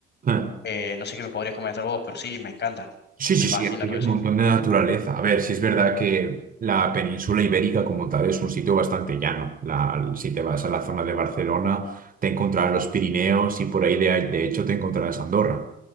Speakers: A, on the right; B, on the left.
A: Ah.
B: Eh, no sé qué me podrías comentar vos, pero sí, me encanta.
A: Sí,
B: Me
A: sí,
B: fascina
A: sí, aquí
B: todo
A: hay un
B: eso.
A: montón de naturaleza. A ver, si es verdad que la península ibérica como tal es un sitio bastante llano. La- si te vas a la zona de Barcelona, te encontrarás los Pirineos y por ahí de, de hecho te encontrarás Andorra.